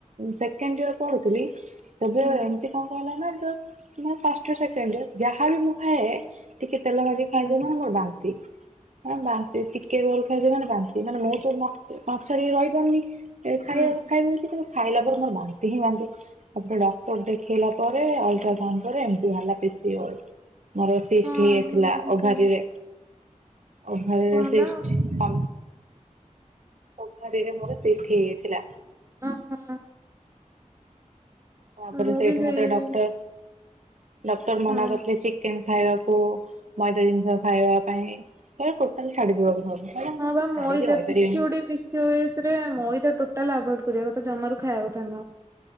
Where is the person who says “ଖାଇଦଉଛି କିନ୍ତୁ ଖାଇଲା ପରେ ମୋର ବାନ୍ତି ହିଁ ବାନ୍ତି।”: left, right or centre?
Right